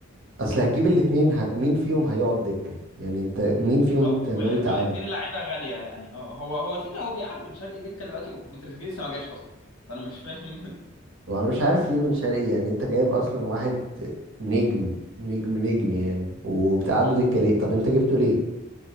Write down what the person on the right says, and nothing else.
اصل هتجيب الاتنين ه... مين فيهم هيقعد دكة يعني انت مين فيهم
انت
ناوي تقعده
وانا مش عارف ليه بن شرقي يعني انت جايب اصلا واحد نجم نجم نجم يعني وبتقعده
دكة ليه طب انت جبته ليه